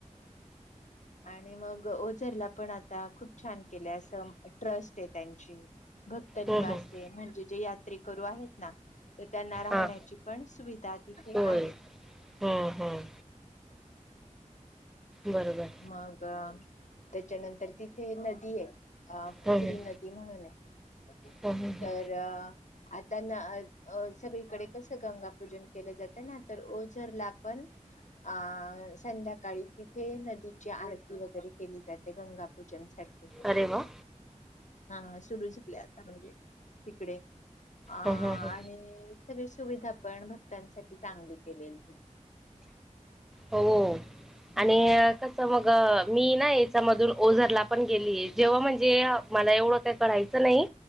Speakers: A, on the left; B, in the centre.
A: आणि मग ओझरलापण आता खूप छान केले असं ट्रस्ट आहे त्यां ची. भक्त निवास
B: हं, हं.
A: हाय, म्हणजे जे यात्रे करू आहेत ना तर त्यांना राहण्याचीपण
B: हां.
A: सुविधा तिथे
B: होय.
A: आहे.
B: हं, हं. बरोबर.
A: मगा त्याच्यानंतर तिथे नदी आहे. अ कुकडी
B: हं, हं.
A: नदी म्हणून आहे.
B: हं, हं, हं.
A: तर आता न अ अ सगळीकडे कसं गंगापूजन केलं जातं ना, तर ओझरलापण आ संध्याकाळी ती ते नदीची आरती वगैरे केली जाते, गंगा पूजन साठी.
B: अरे वाह!
A: हा सुरु झाली आता म्हणजे तिकडे. आ
B: हं, हं, हं.
A: आणि सगळी सुविधापण भक्तांसाठी चांगली केलेली.
B: हो
A: हम्म
B: आणि कस मग -- अ मी ना याच्यामधून ओझरला पण गेलीए जेव्हा म्हणजे मला एवढं काही कळायचं नाही.